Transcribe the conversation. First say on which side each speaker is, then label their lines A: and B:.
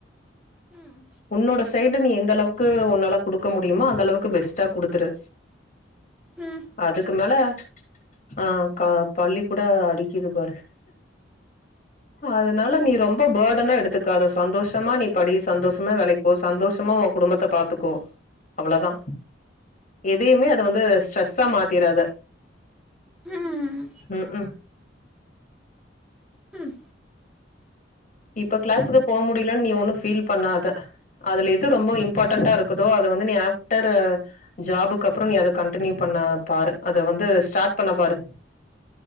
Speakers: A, in the centre; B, on the left.
A: ம்
B: உன்னோட சைடு நீ எந்த அளவுக்கு உன்னால குடுக்க முடியுமோ அந்த அளவுக்கு பெஸ்ட்டா குடுத்துரு.
A: ம்
B: அதுக்கு மேல ஆ கா பல்லி கூட அடிக்கிது பாரு. அதனால நீ ரொம்ப பர்டனா எடுத்துக்காத சந்தோஷமா நீ படி சந்தோஷமா வேலைக்கி போ சந்தோஷமா உன் குடும்பத்த பாத்துக்கோ அவ்ளதா எதையுமே அத வந்து ஸ்ட்ரெஸ்ஸா மாத்திராத
A: ம் ம்
B: ம் ம்
A: ம்
B: இப்ப கிளாஸுக்கு போக முடியலன்னு நீ ஒண்ணு ஃபீல் பண்ணாத. அதுல எது ரொம்ப இம்பார்ட்டன்டா இருக்குதோ அத வந்து நீ ஆஃப்டரு ஜாபுக்கு அப்புறோ நீ அத கண்டினியூ பண்ண பாரு. அத வந்து ஸ்டார்ட் பண்ண பாரு.